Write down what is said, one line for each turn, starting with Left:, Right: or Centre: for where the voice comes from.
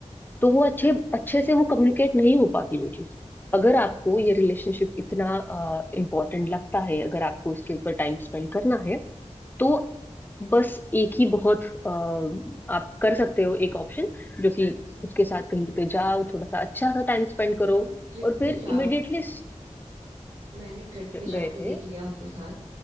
Left: तो वो अच्छे अच्छे से वो कम्युनिकेट नहीं हो पाती वो चीज अगर आपको ये रिलेशनशिप इतना इम्पोर्टेंट लगता है अगर आपको इसके ऊपर टाइम स्पेंड करना है तो बस एक ही बहुत अ, आप कर सकते हो एक ऑप्शन जो कि उसके साथ कहीं पे जाओ थोड़ा सा अच्छा सा टाइम स्पेंड करो
Right: हम ट्रिप
Left: और फिर
Right: पे जा
Left: इमिडिएटली
Right: मैंने ट्रिप पे जाके
Left: गए थे
Right: देख लिया उनके साथ